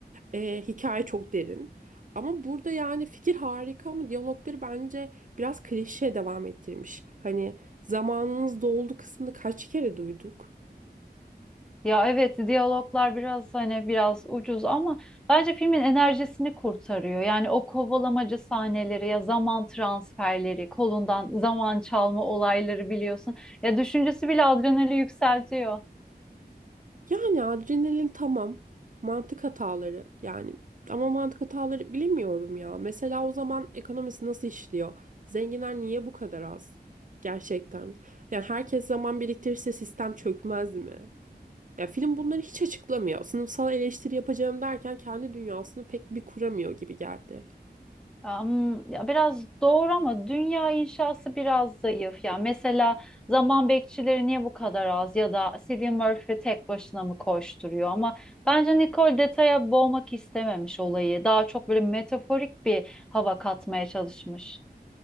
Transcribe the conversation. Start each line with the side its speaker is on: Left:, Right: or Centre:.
Right: Ee, hikaye çok derin. Ama burada yani fikir harika ama diyalogları bence biraz klişeye devam ettirmiş. Hani zamanınız doldu kısmını kaç kere duyduk?
Centre: Ya evet diyaloglar biraz hani biraz ucuz ama bence filmin enerjisini kurtarıyor. Yani o kovalamacı sahneleri ya zaman transferleri, kolundan zaman çalma olayları biliyorsun. Ya düşüncesi bile adrenali yükseltiyor.
Right: Yani adrenalin tamam. Mantık hataları yani. Ama mantık hataları bilemiyorum ya. Mesela o zaman ekonomisi nasıl işliyor? Zenginler niye bu kadar az? Gerçekten. Yani herkes zaman biriktirirse sistem çökmez mi? Ya film bunları hiç açıklamıyor. Sınıfsal eleştiri yapacağım derken kendi dünyasını pek bir kuramıyor gibi geldi.
Centre: Am, Ya biraz doğru ama dünya inşası biraz zayıf. Ya mesela zaman bekçileri niye bu kadar az ya da Cillian Murphy tek başına mı koşturuyor ama bence Nicole detaya boğmak istememiş olayı. Daha çok böyle metaforik bir hava katmaya çalışmış.